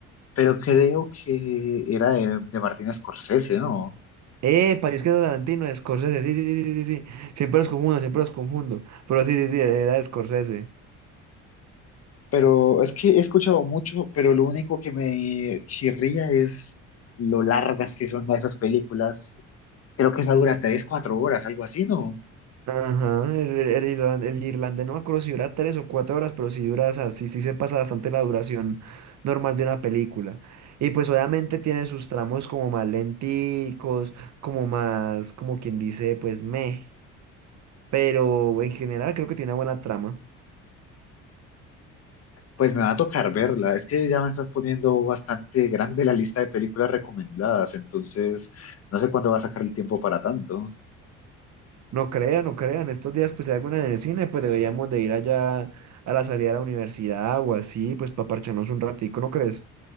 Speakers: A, on the left; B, on the right.
A: Pero creo que era de, de Martin Scorsese, ¿no?
B: Eh, para es que es de Tarantino, de Scorsese, sí, sí, sí, sí, sí, sí, siempre los confundo, siempre los confundo, pero sí, sí, sí, era de Scorsese.
A: Pero es que he escuchado mucho, pero lo único que me chirría es lo largas que son esas películas. Creo que esa dura tres, cuatro horas, algo así, ¿no?
B: Ajá, el, el, el irlan- el irlandés no me acuerdo si dura tres o cuatro horas, pero si dura, o sea, sí, sí se pasa bastante la duración normal de una película. Y pues obviamente tiene sus tramos como más lenticos, como más, como quien dice, pues meh. Pero en general creo que tiene una buena trama.
A: Pues me va a tocar verla. Es que ya me estás poniendo bastante grande la lista de películas recomendadas, entonces no sé cuándo va a sacar el tiempo para tanto.
B: No crean, no crean, estos días pues hay alguna en el cine, pues deberíamos de ir allá a la salida de la universidad o así, pues para parcharnos un ratico, ¿no crees?